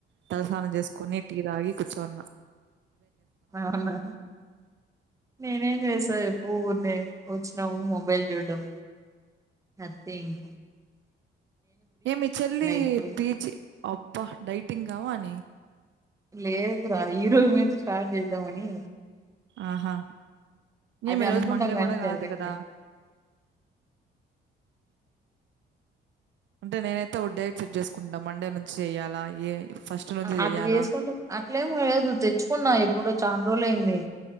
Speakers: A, on the right; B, on the right.
A: తలస్నానం జెసుకొని టీ తాగి తోన్నా
B: అవునా నేనేం చేసా చెప్పు ఊర్నే వచ్చినాం మొబైల్ చూడ్డం అంతే ఇంగ
A: ఏం మీచెల్లీ
B: ఇప్పుడే
A: పీజి బా డైటింగా వాని
B: లేదు రా ఈరోజు నుంచి స్టార్ట్ చేద్దామని
A: ఆహా
B: అది
A: ఏమి ఈ
B: అనుకుంటాం
A: రోజు మండే
B: కానీ
A: గుడా కాదు
B: జరగట్లేదు
A: కదా అంటే నేనైతే డేట్ సెట్ చేసుకుంటా మండే చేయాల ఏ ఫస్ట్ నుంచి జెయ్యాలా?
B: అట్ చేసుకుంటే అట్లేమ్ లేదు తెచ్చుకున్నా ఎప్పుడో చాల రోజులు అయింది